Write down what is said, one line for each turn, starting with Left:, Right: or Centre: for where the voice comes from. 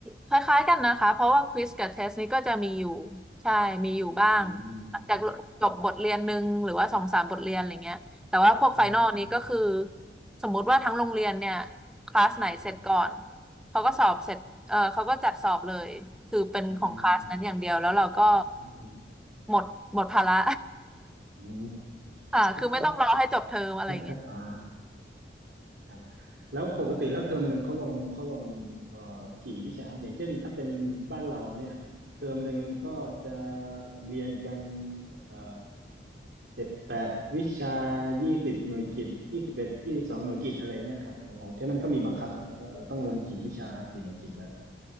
Centre: คล้ายๆกันนะคะ เพราะว่าควิสกับเทสนี้ก็จะมีอยู่ใช่มีอยู่บ้างหลังจากจบบทเรียนหนึ่งหรือว่าสองสามบทเรียนอะไรเงี้ยแต่ว่าพวกไฟนอลนี้ก็คือ
Right: อืมครับครับอืม
Centre: สมมุติว่าทั้งโรงเรียนเนี่ยคลาสไหนเสร็จก่อน
Right: อืม
Centre: เขาก็สอบเสร็จเออเขาก็จัดสอบเลยคือเป็นของคลาสนั้นอย่างเดียวแล้วเราก็
Right: อืมอืมอืม
Centre: หมดหมดภาระ
Right: อืม
Centre: <laughs> อ่าคือไม่ต้องรอให้จบเทอมอะไรเงี้ย
Right: ก็จะอ่าครับแล้วปกติแล้วเทอมหนึ่งเขาลงเขาลงเอ่อกี่วิชาครับอย่างเช่นถ้าเป็นบ้านเราเนี่ยเทอมหนึ่งก็จะเรียนกันเอ่อ เจ็ดแปดวิชายี่สิบหน่วยกิตยี่สิบเอ็ดยี่สิบสองหน่วยกิตอะไรเงี้ยครับของของเท่านั้นก็มีบังคับนะครับว่าเออต้องลงกี่วิชากี่หน่วยกิตอะไร